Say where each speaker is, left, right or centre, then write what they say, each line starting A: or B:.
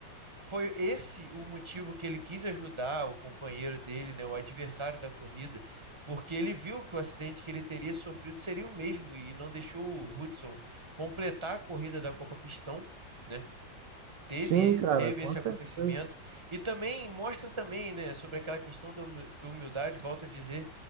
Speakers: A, on the right; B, on the right.
A: foi esse o motivo que ele quis ajudar o companheiro dele, né, o adversário da corrida, porque ele viu que o acidente que ele teria sofrido seria o mesmo e não deixou o Hudson completar a corrida da Copa Pistão, né? teve
B: Sim, cara,
A: teve
B: com
A: esse
B: certeza.
A: acontecimento e também mostra também, né, sobre aquela questão da humi- humildade, volto a dizer